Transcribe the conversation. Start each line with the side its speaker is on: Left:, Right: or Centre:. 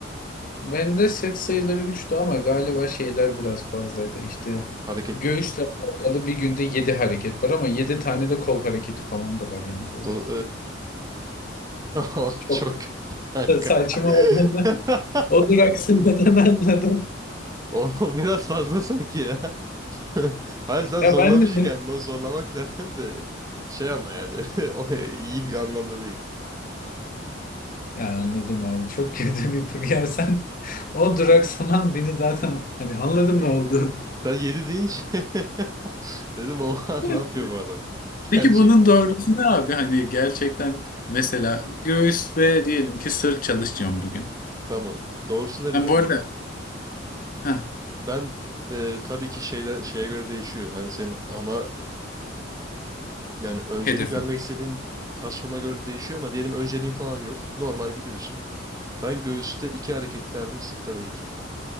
Left: Bende set sayıları 3'tü ama galiba şeyler biraz fazlaydı. İşte
Right: Hareketler
Left: göğüsle
Right: mi?
Left: alakalı bir günde 7 hareket var ama 7 tane de kol hareketi falan da var yani böyle.
Right: Do Oğlum
Left: Çok.
Right: <laughs> çok kötü kanka.
Left: da saçma olduğunu
Right: <laughs>
Left: <laughs> o duraksamadan anladım.
Right: Oğlum biraz fazla sanki ya. <laughs> Hayır sen
Left: Ya
Right: zorlamışsın
Left: ben de dedim.
Right: kendini.
Left: <laughs>
Right: O zorlamak zaten de şey ama yani <laughs> o iyi bir anlamda değil.
Left: Ya anladım abi çok kötü bir ya sen <laughs> o duraksaman beni zaten hani anladım ne olduğunu.
Right: Sen yedi deyince <laughs> dedim oha
Left: <laughs>
Right: ne yapıyor bu adam?
Left: Peki
Right: Gerçekten.
Left: bunun doğrusu ne abi? Hani gerçekten mesela göğüs ve diyelim ki sırt çalışacağım bugün.
Right: Tamam. Doğrusunu da
Left: Ben
Right: biliyor
Left: bu
Right: musun
Left: arada
Right: hocam?
Left: heh,
Right: Ben e, tabii ki şeyden şeye göre değişiyor. Hani senin ana Yani öncelik
Left: hedefim.
Right: vermek istediğin kas grubuna göre değişiyor ama diyelim önceliğin falan yok. Normal gidiyorsun. Ben göğüste iki hareket derdim, sırtta da iki.